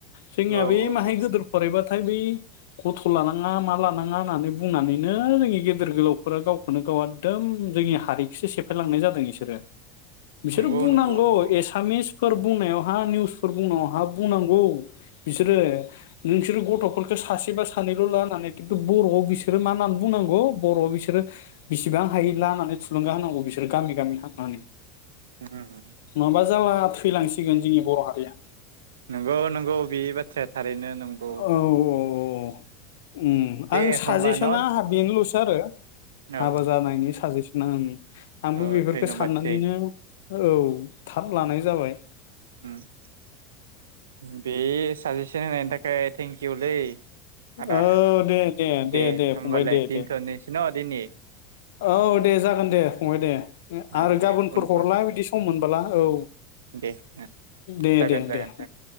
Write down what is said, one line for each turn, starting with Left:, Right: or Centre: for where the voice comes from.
Left: जोंनिया
Right: औ
Left: बे
Right: औ
Left: माहाय
Right: औ
Left: गोदोर फरायबथाय' बे गथ' लानाङा मा लानाङा होननानै बुंनानैनो जोंनि गेदेर गोलावफोरा गावखौनो गाव एखदम जोंनि हारिखौसो सेफायलांनाय जादों बिसोरो बिसोरो
Right: नंगौ
Left: बुंनांगौ
Right: नंगौ नंगौ
Left: एसामिस फोर बुंनायावहा निउसफोर बुंनायावहा बुंनांगौ बिसोरो नोंसोरो गथ'फोरखौ सासेबा सानैल' लानानै खिन्थु बर'आव बिसोरो मा होननानै बुंङो बर' बिसोरो बिसेबां हायो ला होननानै थुलुंगा होनांगौ बिसोर बिसोर गामि गामि हाबनानै
Right: उम
Left: माबा जालाब थैलांसिगोन जोंनि बर' ह गोया।
Right: नंगौ नंगौ बे बाथ्राया थारैनो नंगौ।
Left: औ औ औ आं
Right: दे
Left: साजेसना
Right: होमबा न'
Left: बेनोल'सो आरो
Right: औ
Left: हाबा जानायनि साजेसना आंबो
Right: औ
Left: बेफोरखौ
Right: धन्यबादसै
Left: साननानैनो औ थाब लानाय जाबाय
Right: उम बे साजेसन होनायनि थाखाय थेंक इउलै आदा
Left: औ दे
Right: दे होमबालाय
Left: फंबाय दे
Right: दोनथ'नोसै
Left: दे
Right: न' दिनि
Left: औ दे जागोन दे फंबाय दे
Right: औ
Left: आरो गाबोनफोर
Right: दे उनफोर
Left: हरला बिदि सम मोनबोला औ
Right: दे
Left: दे
Right: जागोन
Left: दे
Right: जागोन
Left: दे